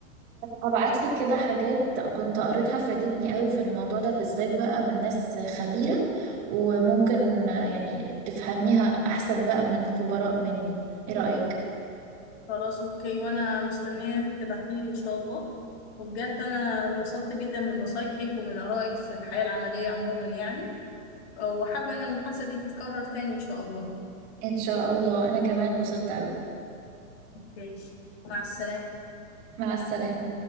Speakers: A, on the right (about 35°); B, on the left (about 50°).
A: هبعت لك كده حاجات كنت قريتها فادتني قوي في الموضوع ده بالذات بقى من ناس خبيرة وممكن آه، يعني تفهميها احسن بقى من خبراء مني ايه رأيك
B: خلاس اوكي وانا مستنياكي تبعتيلي ان شاء الله وبجد انا انبسطت جدا من نصايحك ومن ارائك في الحياة العملية عموما يعني وحابة ان المحادثة دي تتكرر تاني ان شاء الله
A: ان شاء الله انا كمان اتبسطت قوي
B: ماشي مع السلامة
A: مع السلامة